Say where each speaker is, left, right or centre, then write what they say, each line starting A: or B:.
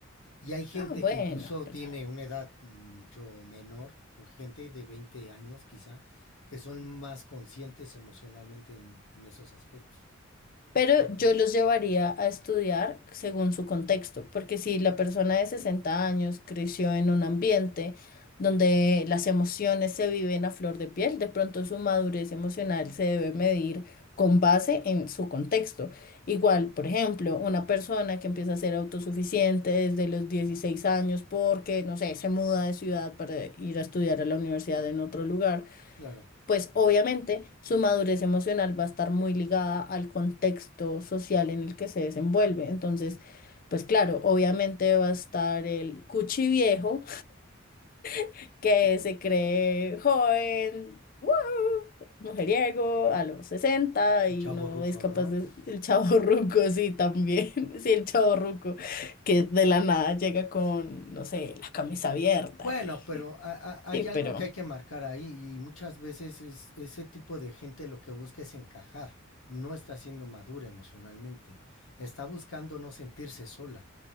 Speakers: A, on the left; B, on the left.
A: Y hay gente
B: Ah, bueno,
A: que incluso
B: pues,
A: tiene una edad mucho menor, o gente de 20 años quizá, que son más conscientes emocionalmente en, en esos aspectos.
B: Pero
A: Entonces,
B: yo los llevaría a estudiar según su contexto, porque si la persona de 60 años creció en un ambiente donde las emociones se viven a flor de piel, de pronto su madurez emocional se debe medir con base en su contexto. Igual, por ejemplo, una persona que empieza a ser autosuficiente desde los 16 años porque, no sé, se muda de ciudad para ir a estudiar a la universidad en otro lugar
A: claro,
B: pues obviamente su madurez emocional va a estar muy ligada al contexto social en el que se desenvuelve. Entonces, pues claro, obviamente va a estar el cuchi viejo <laughs> que se cree joven, ¡guau! mujeriego a los 60
A: el
B: y
A: chavo
B: no
A: ruco,
B: es capaz
A: ¿no?
B: de... El chavo ruco, sí, también. <laughs> Sí, el chavo ruco que de la nada llega con, no sé, la camisa abierta
A: Bueno,
B: y...
A: pero
B: <laughs>
A: ha- ha- hay
B: Sí, pero
A: algo que hay que marcar ahí y muchas veces es, ese tipo de gente lo que busca es encajar, no está siendo madura emocionalmente, está buscando no sentirse sola,